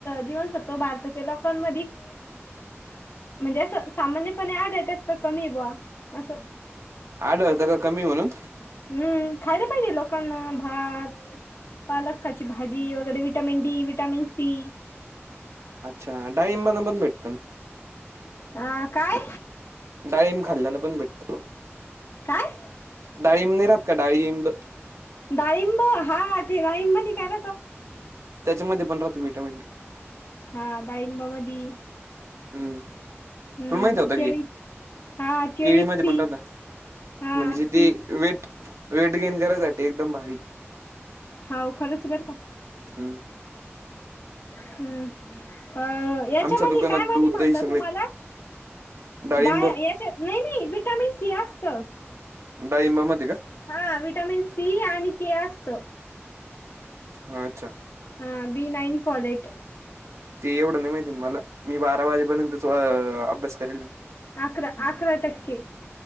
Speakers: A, on the left; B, on the right.
A: जीवनसत्तव भारताच्या लोकांमध्येध म्हणजे असं सामान्यपणे आढळत्यात का कमी बुवा. असं
B: आढळतं का कमी हाय म्हणून,
A: हम्म खायला पाहिजे लोकांना भात पालकाची भाजी वगैरे. Vitamin D vitamin C.
B: अच्छा डाईंबांमधून पण भेटत ना.
A: हा काय...
B: डाळिंब खाल्ल्यान पण भेटत
A: काय
B: डाळिंब नाही राहत का डाळिंब.
A: डाळिंब हा ते डाळिंब काय राहत.
B: त्याच्यामध्ये पण राहत व्हिटॅमिन डी.
A: हा डाळिंबा मधी.
B: हम्म...
A: हम्म
B: तुला माहिती होत
A: केळी
B: की
A: हा केळीत
B: केळी मध्ये
A: सी
B: पण राहत म
A: हा
B: म्हणजे
A: सी
B: ते. वेट वेट गेन करायसाठी एकदम भारी.
A: हो खरंच बर का.
B: हम्...
A: हम्म याच्यामध्ये
B: आमच्या दुकानात
A: काय माहिती
B: दूध
A: म्हणतात
B: दही सगळे
A: तुम्हाला.
B: डाळिंब
A: दाया याच्या नाही नाही विटामिन सी असत.
B: डाळिंबामध्ये का
A: हा विटामिन सी आणि केअसत.
B: ह अच्छा.
A: हा, बी नाईन पॉलेट.
B: ते एवढं नाही माहिती मला, मी बारा वाजेपर्यंत अभ्यासथोडा करेल.
A: अकरा, अकरा टक्के